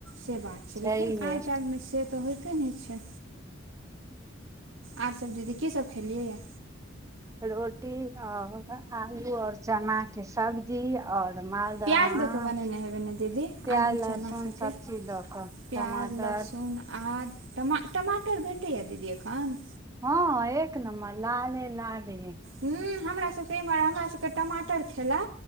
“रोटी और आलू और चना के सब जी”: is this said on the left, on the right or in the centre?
Right